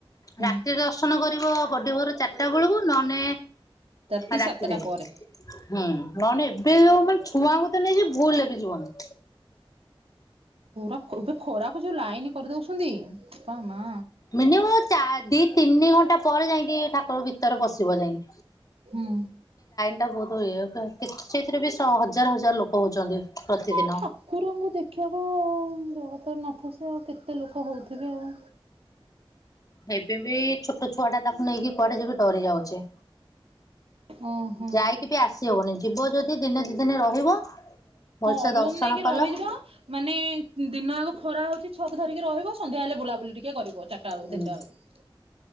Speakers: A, on the right; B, on the left.
A: ହୁଁ
B: ରାତିରେ ଦର୍ଶନ କରି ପଡ଼ିବ ବଡ଼ିବର ଚାରିଟା ବେଳକୁ ନହେଲେ
A: ରାତି
B: ଆ
A: ସାତଟା
B: ାକ୍ତିରେ ହୁଁ
A: ପରେ
B: ନନେ ଏ ଯୋଉ ମାନେ ଛୁଆଙ୍କ ତେ ନେଇଛି ଭୁଲ ହେବି ଜୀବନ
A: ପୁରା ଏବେ ଖରାକୁ ଯୋଉ ଲାଇନ କରିଦଉଛନ୍ତି ବୋପା ମା
B: ମିନିମ ଦି ତିନି ଘଣ୍ଟା ପରେ ଯାଇକି ଠର ଭିତରେ ବସିବ ଯାଇକି
A: ହୁଁ
B: ଏଇଟା ବହୁତ ହୁଏ ସେଇଥିରେ ବି ହଜାର ହଜାର ଲୋକ ହଉଛନ୍ତି ପ୍ରତିଦିନ।
A: ତ ଠାକୁରଙ୍କୁ ଦେଖିବାକୁ ଯ ତ ନଥ ସେ ଆଉ କେତେ ଲୋକ ହଉଥିବେ ଆଉ
B: ଏଇପ ବି ଛୋଟ ଛୁଆ ଟା ତାକୁ ନେଇକି କୁଆଡେ ଯେବେ ଡରି ଯାଉଛି
A: ଓହୋ
B: ଯାଇକି ବି ଆସିହବନି ଯିବ ଯଦି ଦିନେ ଦ ଦିନେ ରହିବ ଭଲସେ
A: ହଁ ରୁମ
B: ଦର୍ଶନ
A: ନେଇକି
B: କଲ।
A: ରହିଯିବ ମାନେ ଦିନ ଆଗ ଖରା ହଉଛି ଛକ ଧରିକି ରହିବ ସନ୍ଧ୍ୟା ହେଲେ ବୁଲାବ କିଏ କରିବ ଚାରିଟା ବେକୁ
B: ହୁଁ
A: ତିନଟା ବେଳକୁ